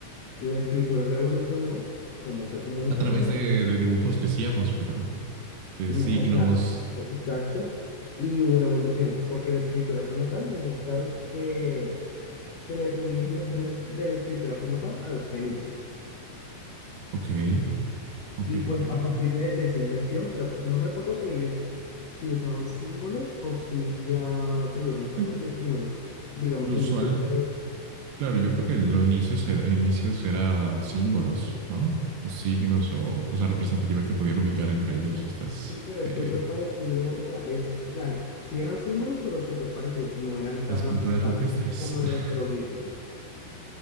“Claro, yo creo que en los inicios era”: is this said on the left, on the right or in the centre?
Right